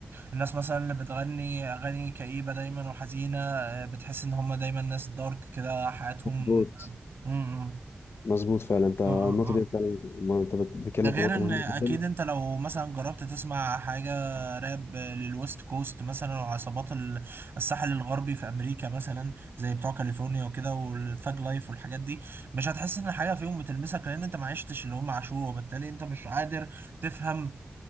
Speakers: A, on the right; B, on the left.
A: الناس مثلا اللي بتغني اغاني كئيبة دايما وحزينة آه، بتحس ان هم دايما ناس دارك كده حياتهم
B: مظبوط
A: م- م.
B: مظبوط فعلا انت
A: م-
B: النقطه
A: م- م.
B: دي فعلا ما انت بت- بتتكلم
A: ده غير
B: في نقطه
A: ان
B: مهمه
A: اكيد
B: جدا
A: انت لو مثلا جربت تسمع حاجة راب للويست كوست مثلا وعصابات ال- الساحل الغربي في امريكا مثلا زي بتوع كاليفورنيا وكده والثاج لايف والحاجات دي مش هتحس ان حاجة فيهم بتلمسك لان انت ما عشتش اللي هم عاشوه وبالتالي انت مش قادر تفهم